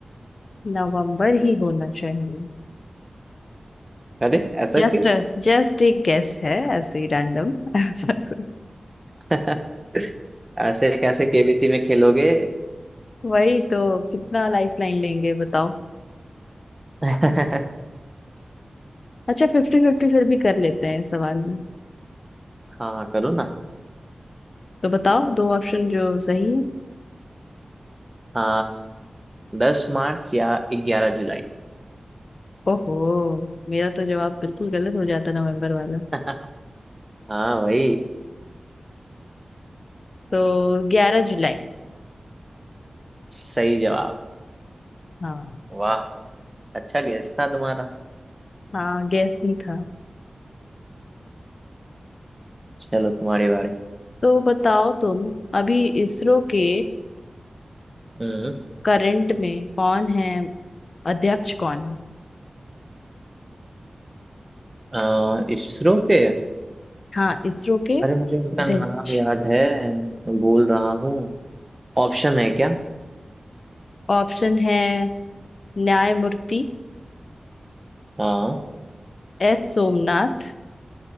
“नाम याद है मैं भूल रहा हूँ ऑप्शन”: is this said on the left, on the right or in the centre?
Right